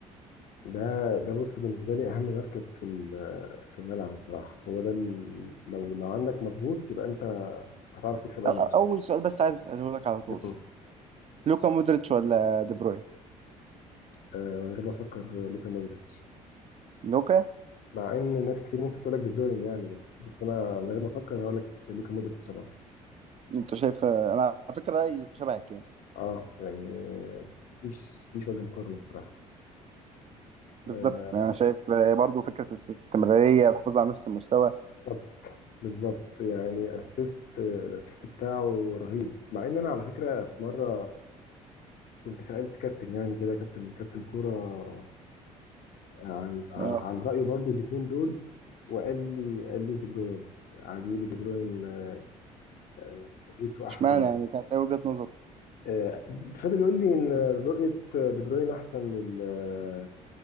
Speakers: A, on the left; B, on the right.
A: ده ده بص بالنسبه لي اهم مركز في ال- في الملعب الصراحه هو ده ال- لو لو عندك مظبوط يبقى انت هتعرف تكسب اي
B: أ-
A: ماتش
B: أ- اول سؤال بس عايز اساله لك على طول
A: مم.
B: لوكا مودريتش ولا دي بروين
A: آه من غير ما افكر لوكا مودريتش
B: لوكا
A: مع ان ناس كتير ممكن تقول لك دي بروين يعني بس بس انا من غير ما افكر هقول لك لوكا مودريتش طبعا
B: انت شايف انا على فكره رايي شبهك يعني
A: اه يعني آه، مفيش مفيش وجه مقارنه الصراحه
B: بالظبط
A: آه
B: يعني انا شايف برضو فكره الاستمراريه الحفاظ على نفس المستوى
A: بالظبط بالظبط يعني اسيست الاسيست بتاعه رهيب مع ان انا على فكره في مره كنت سألت كابتن يعني كده كابتن كابتن كورة آه، عن آه،
B: اه
A: عن رأيه برضو الاتنين دول وقال لي قال لي دي بروين قعد يقول لي دي بروين آه، آه، رؤيته احسن
B: اشمعنى يعني كانت ايه وجهه نظر
A: آه، فضل يقول لي ان رؤية آه، دي بروين احسن لل- آه،